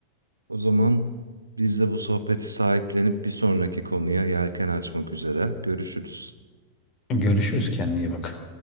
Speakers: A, on the right; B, on the left.
A: O zaman biz de bu sohbeti sahiplenip bir sonraki konuya yelken açmak üzere görüşürüz.
B: Görüşürüz kendine iyi bak.